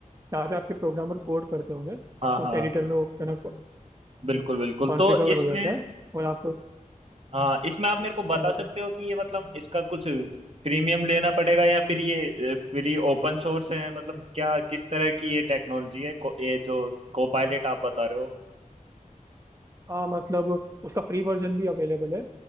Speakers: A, on the right (about 20°); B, on the right (about 45°).
A: जहाँ पे आपके प्रोग्रामर कोड करते होंगे
B: हाँ हाँ
A: उस एडिटर में वो है ना
B: बिल्कुल बिल्कुल
A: कॉन्फ़िगर
B: तो इसमें
A: हो जाता है और आप
B: हाँ इसमें आप मेरे को बता
A: बोलिए
B: सकते हो कि ये मतलब इसका कुछ प्रीमियम लेना पड़ेगा या फिर ये फ्री ओपन सोर्स है मतलब क्या किस तरह की ये टेक्नोलॉजी है को, ये जो को पायलट आप बता रहे हो
A: हाँ मतलब उसका फ्री वर्जन भी अवेलेबल है